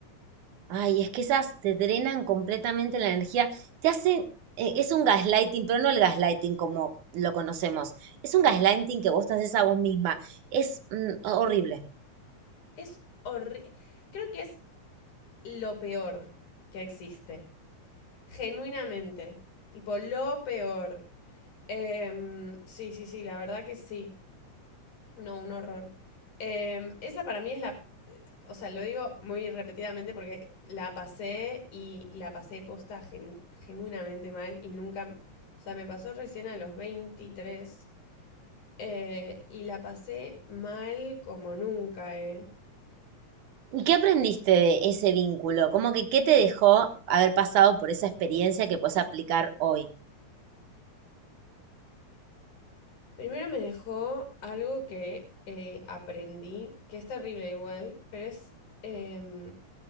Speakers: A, on the right; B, on the left.
A: Ay, es que esas te drenan completamente la energía, te hacen, eh, es un gaslighting, pero no el gaslighting como lo conocemos, es un gaslighting que vos te haces a vos misma, es mm, horrible.
B: Es horrible. Creo que es lo peor que existe. Genuinamente. Tipo, lo peor. Em, sí, sí, sí, la verdad que sí. No, un horror. Eh, esa para mí es la, o sea, lo digo muy repetidamente porque la pasé y la pasé posta gen- genuinamente mal y nunca, o sea, me pasó recién a los 23 eh, y la pasé mal como nunca, eh.
A: ¿Y qué aprendiste de ese vínculo? Como que qué te dejó haber pasado por esa experiencia que puedes aplicar hoy?
B: Primero me dejó algo que eh, aprendí, que es terrible igual, pero es em,